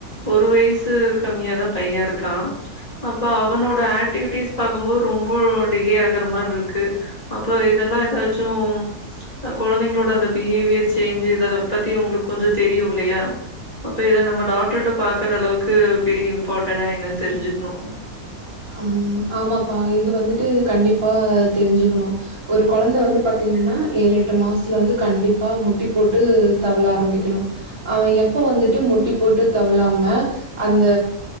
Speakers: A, on the left; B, on the right.
A: ஒரு வயசு கம்மியாதான் பையன் இருக்கான் அப்ப அவனோட ஆக்டிவிட்டிஸ் பாக்கும்போது ரொம்ப டிலே ஆகுற மாரி இருக்கு அப்ப இதெல்லாம் ஏதாச்சும் குழந்தைங்களோட அந்த பிஹேவியர் சேஞ்ச் இத பத்தி உங்களுக்கு கொஞ்சம் தெரியும் இல்லையா அப்ப இத நம்ம டாக்டர்ிட்ட பாக்குற அளவுக்கு பெரிய இம்பார்டன்னா என்னன்னு தெரிஞ்சுக்கணும்
B: ஹம் ஆமாப்பா இது வந்துட்டு கண்டிப்பா தெரிஞ்சுக்கணும் ஒரு குழந்தை வந்து பாத்தீங்கன்னா ஏழு எட்டு மாசத்துல வந்து கண்டிப்பா முட்டி போட்டு தவள ஆரம்பிக்கணும் அவன் எப்ப வந்துட்டு முட்டி போட்டு தவழாம அந்த